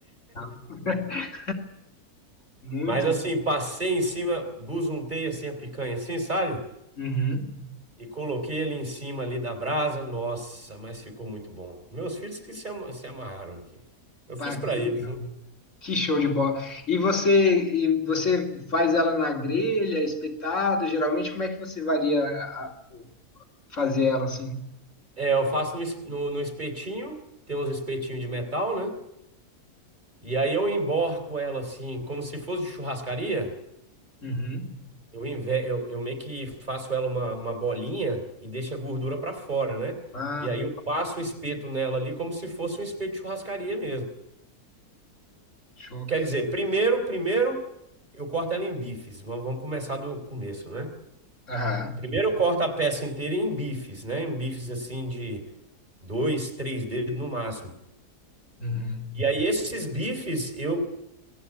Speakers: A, on the left (about 50°); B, on the right (about 30°).
A: <laughs> Muito.
B: Mas assim, passei em cima, busuntei assim a picanha, assim, sabe?
A: Uhum.
B: E coloquei ele em cima ali da brasa. Nossa, mas ficou muito bom. Meus filhos que se, ama- se amarraram aqui. Eu
A: Pá,
B: fiz para
A: que
B: eles,
A: legal.
B: né?
A: Que show de bola. E você, e você faz ela na grelha, espetado? Geralmente, como é que você varia a- a- fazer ela assim?
B: É, eu faço no, es- no, no espetinho. Tem uns espetinhos de metal, né? E aí eu emborco ela assim, como se fosse de churrascaria.
A: Uhum.
B: Eu, inve- eu, eu meio que faço ela uma, uma bolinha e deixo a gordura para fora, né?
A: Ah,
B: E aí eu passo o espeto nela ali como se fosse um espeto de churrascaria mesmo.
A: show.
B: Quer dizer, primeiro, primeiro eu corto ela em bifes. Vamos vamos começar do começo, né?
A: Aham.
B: Primeiro eu corto a peça inteira em bifes, né? Em bifes assim de dois, três dedos no máximo.
A: Uhum.
B: E aí esses bifes eu,